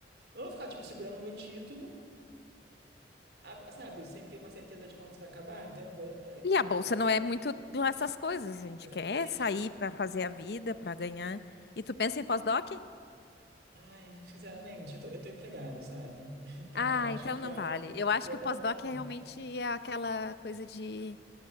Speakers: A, on the right; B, on the left.
A: Eu não vou ficar, tipo, segurando meu título, a- sabe, sem ter uma certeza de quando isso vai acabar, então eu vou. é, é,
B: E
A: uma-
B: a bolsa não é muito lá essas coisas, a gente
A: Exatamente.
B: quer sair para fazer a vida, para ganhar. E tu pensa em pós-doc?
A: Ai, sinceramente, eu tô, eu tô empregado, sabe? <laughs> Então
B: Ah,
A: eu acho
B: então
A: que
B: não
A: agora
B: vale. Eu acho que o pós-doc
A: não.
B: é realmente aquela coisa de